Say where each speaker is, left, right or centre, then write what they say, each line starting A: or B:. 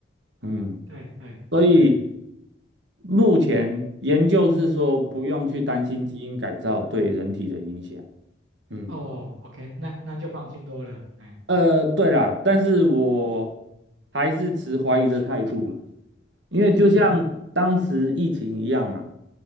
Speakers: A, on the right; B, on the right.
A: 嗯，
B: 对对，
A: 所以
B: 嗯
A: 目前研究是说不用去担心基因改造对人体的影响。
B: 嗯嗯嗯，
A: 嗯，
B: 哦，OK，那那就放心多了，哎，
A: 呃，对啦，但是我
B: 嗯嗯，
A: 还是持怀疑的态度啦。因为就像当时疫情一样嘛，
B: 嗯嗯